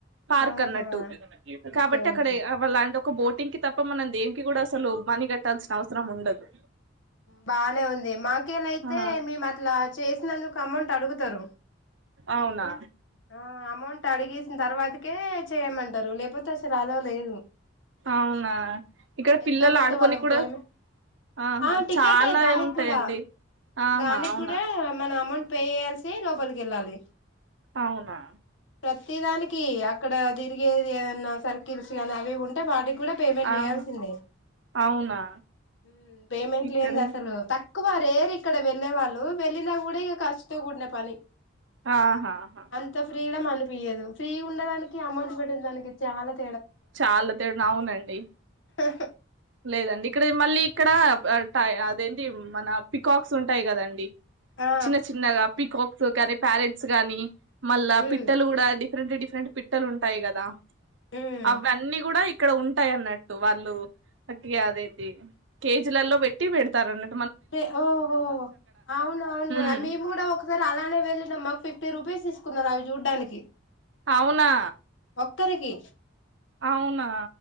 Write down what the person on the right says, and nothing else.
పార్క్
అన్నట్టు కాబట్టి
అక్కడ
ఏ <unintelligible> లాంటి ఒక బోట్ <unintelligible> తప్ప మనం దేనికి కూడా అసలు మని కట్టాల్సిన అవసరం ఉండదు
ఆ
అవునా
అవునా ఇక్కడ
పిల్లలు
ఆడుకొని
కూడా
ఆహా
చాలా
ఉంటాయండి
ఆహా
అవునా
అవునా
ఆహా
అవునా
ఇక్కడే
ఆహా ఆహా
చాలా తేడెవ్ అవునండి
లేదండి ఇక్కడ ఇ మళ్ళీ ఇక్కడ ప ప ఆ ప అదేంటి మన పికాక్స్ ఉంటాయి కదండి
చిన్న చిన్నగ పీకాక్ కోకోకట్ ప్యారెంట్స్ గానీ మళ్ళా
పిట్టలు కూడా అది డిరెంట్ డిఫెంట్ పిట్టలు ఉంటయి కదా
అవన్నీ కూడా ఇక్ ఇక్కడ ఉంటాయి అన్నట్టు వాళ్ళు <unintelligible> కాదండీ కేజీలల్లో పెట్టి పెడతారుని
ఉమ్
అవునా
అవునా